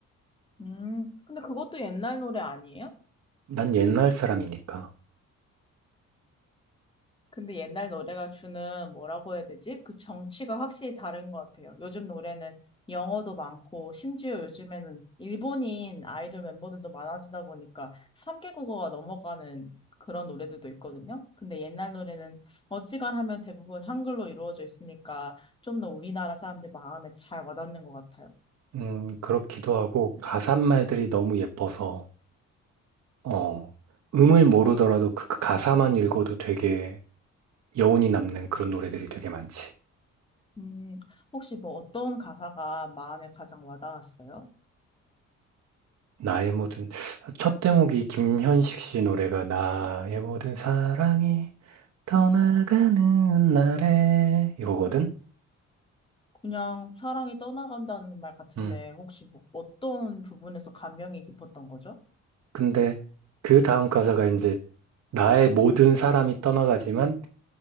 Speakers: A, on the left; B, on the right.
A: 음, 근데 그것도 옛날 노래 아니에요?
B: 난 옛날 사람이니까.
A: 근데 옛날 노래가 주는 뭐라고 해야 되지? 그 정취가 확실히 다른 것 같아요. 요즘 노래는 영어도 많고, 심지어 요즘에는 일본인 아이돌 멤버들도 많아지다 보니까 3개국어가 넘어가는 그런 노래들도 있거든요. 근데 옛날 노래는 어지간하면 대부분 한글로 이루어져 있으니까 좀 더 우리나라 사람들 마음에 잘 와닿는 것 같아요.
B: 음, 그렇기도 하고 가사 말들이 너무 예뻐서 어, 음을 모르더라도 그그 가사만 읽어도 되게 여운이 남는 그런 노래들이 되게 많지.
A: 음, 혹시 뭐 어떤 가사가 마음에 가장 와닿았어요?
B: 나의 모든, 첫 대목이 김현식 씨 노래가 나의 모든 사랑이 떠나가는
A: 음.
B: 날에 이거거든?
A: 그냥 사랑이 떠나간다는 말 같은데,
B: 음.
A: 혹시 뭐 어떤 부분에서 감명이 깊었던 거죠?
B: 근데 그 다음 가사가 이제 나의 모든 사람이 떠나가지만